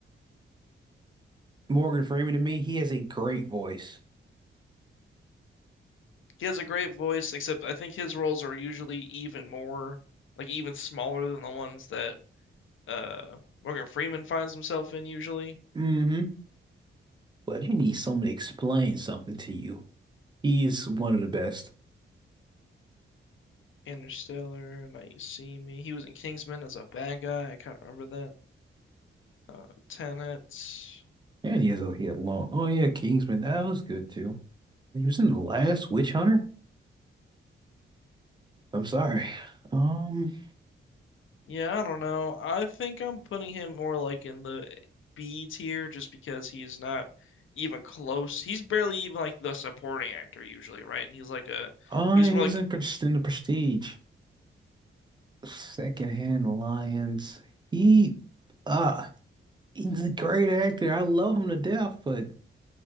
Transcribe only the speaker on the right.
Morgan Freeman to me. He has a great voice.
hmm But if you need someone to explain something to you, he's one of the best.
And he has a he had long. Oh yeah, Kingsman. That was good too. He was in the last Witch Hunter. I'm sorry. Um,
oh,
he
was
in, Pres- in the Prestige. Secondhand Lions. He, uh, he's a great actor. I love him to death, but